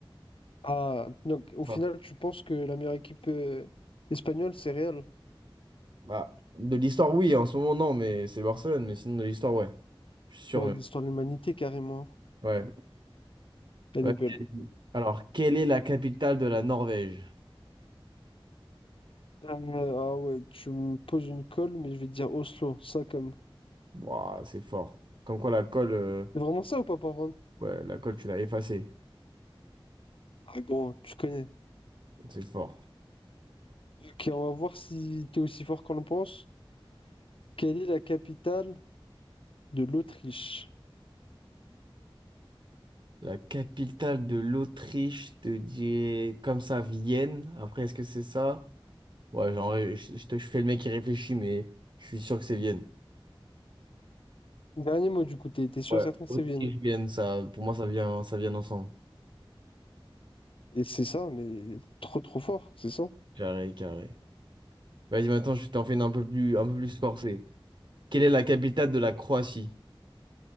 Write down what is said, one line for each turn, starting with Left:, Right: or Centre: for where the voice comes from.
Left: Ah, donc au
Right: Ça.
Left: final, tu penses que la meilleure équipe euh, espagnole, c'est Real?
Right: Bah, de l'histoire, oui, en ce moment, non, mais c'est le Barcelone, mais sinon de l'histoire, ouais. Je suis sûr
Left: Ouais,
Right: même.
Left: l'histoire de l'humanité, carrément.
Right: Ouais.
Left: Elle
Right: Ouais.
Left: est belle.
Right: Alors, quelle est la capitale de la Norvège?
Left: Euh, ah ouais, tu me poses une colle, mais je vais te dire Oslo, ça comme.
Right: Waouh, c'est fort. Comme quoi la colle, euh,
Left: C'est vraiment ça ou pas, par contre?
Right: ouais, la colle, tu l'as effacée.
Left: Ah gros, tu connais.
Right: C'est fort.
Left: Ok, on va voir si t'es aussi fort qu'on le pense. Quelle est la capitale de l'Autriche?
Right: La capitale de l'Autriche, je te dis comme ça, Vienne. Après, est-ce que c'est ça? Ouais, genre, ouais, je, je te, je fais le mec qui réfléchit, mais je suis sûr que c'est Vienne.
Left: Dernier mot du coup, t'es t'es sûr
Right: Ouais,
Left: et certain que
Right: Autriche,
Left: c'est Vienne.
Right: Vienne, ça, pour moi, ça vient, ça vient ensemble.
Left: Et c'est ça, mais trop trop fort, c'est ça.
Right: Carré, carré. Vas-y, maintenant, je t'en fais une un peu plus, un peu plus corsée. Quelle est la capitale de la Croatie?